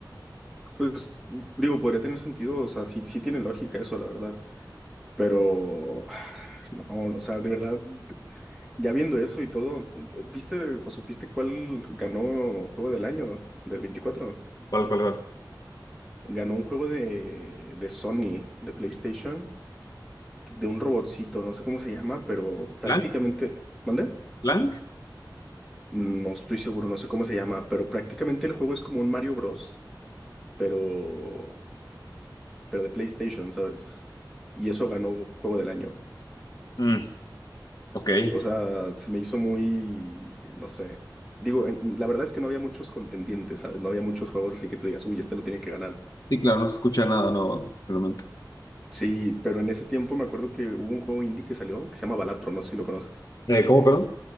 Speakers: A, in the centre; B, on the left (about 55°).
A: Pues, digo, podría tener sentido. O sea, sí, sí tiene lógica eso, la verdad. Pero, <sighs> no, o sea, de verdad. Ya viendo eso y todo, ¿viste o supiste cuál ganó juego del año del veinticuatro
B: ¿Cuál, cuál, cuál?
A: Ganó un juego de, de Sony, de PlayStation, de un robotcito, no sé cómo se llama, pero prácticamente...
B: ¿Blank?
A: ¿Mande?
B: ¿Blank?
A: No estoy seguro, no sé cómo se llama, pero prácticamente el juego es como un Mario Bros, pero, pero de PlayStation, ¿sabes? Y eso ganó juego del año.
B: Mm, ok.
A: O sea, se me hizo muy, no sé. Digo, en- la verdad es que no había muchos contendientes, ¿sabes? No había muchos juegos así que tú digas, uy, este lo tiene que ganar.
B: Sí, claro, no se escucha nada, no, simplemente.
A: Sí, pero en ese tiempo me acuerdo que hubo un juego indie que salió que se llama Balatro, no sé si lo conoces.
B: Eh, ¿cómo, perdón?